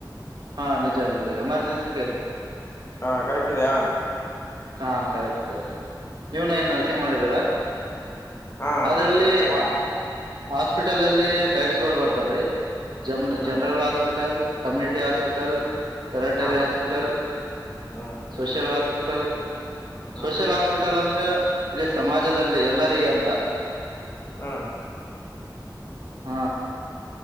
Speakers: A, on the right; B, on the left.
A: ಹಾ ನಿಜಾ ನಿಜಾ ಎಮರ್ಜೆನ್ಸಿ ಟೇಜ್.
B: ಹಾ ಕರೆಕ್ಟ್ ಇದೆಯಾ.
A: ಹಾ ಕರೆಟ್ ಕರೆಟ್ ನಿವ್ನ ಏನ್ ನರ್ಸಿಂಗ್ ಮಾಡಿದೀರಾ.
B: ಹಾ
A: ಅದ್ರಲ್ಲಿ
B: ನರ್ಸಿಂಗ್ ಮಾಡಿದೆ
A: ಅ ಅ. ಹಾಸ್ಪಿಟಲಲ್ಲಿ ಟೈಪ್ಸ್ ಗಳು ಬರ್ತಾವ್ರೀ ಜಮ <unintelligible>
B: ನಾನು
A: ಜನರಲ್ ಹಾಸ್ಪಿಟಲ್. ಕಮ್ಯುನಿಟಿ ಹಾಸ್ಪಿಟಲ್ ಟೆರಟರಿ
B: ಹಾ
A: ಹಾಸ್ಪಿಟಲ್
B: ಹಾ ಹಾ
A: ಸೋಷಲ್ ಹಾಸ್ಪಿಟಲ್.
B: ಹಾ
A: ಸೋಷಲ್ ಹಾಸ್ಪಿಟಲ್ ಅಂದ್ರ ಇಲ್ಲಿ ಸಮಾಜದಲ್ಲಿ ಎಲ್ಲರಿಗ ಅಂತ.
B: ಹಅ
A: ಹ